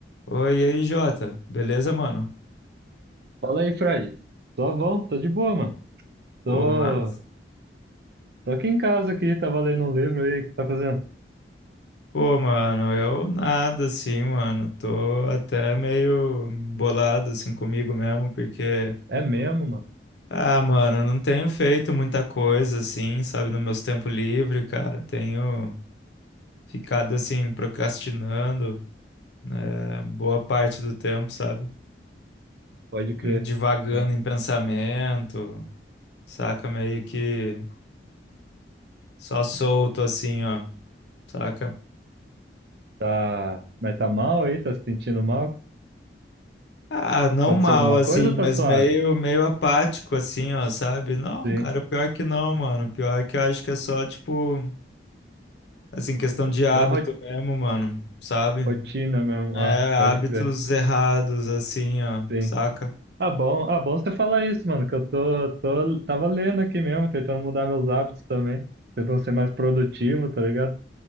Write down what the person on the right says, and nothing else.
Fala aí, Fred. Tô bom, tô de boa, mano.
Tô,
tô aqui em casa aqui, tava lendo um livro aí, o que tá fazendo?
É mesmo, mano.
Pode crer.
Ah,
tá, mas tá mal aí? Tá se sentindo mal?
Aconteceu
alguma
coisa ou
tá suave?
Sim.
Da ro-
rotina mesmo.
Ah, pode
crer.
Sim.
Ah, bom, ah, bom você falar isso, mano, que eu tô, tô, tava lendo aqui mesmo, tentando mudar meus hábitos também, tentando ser mais produtivo, tá ligado?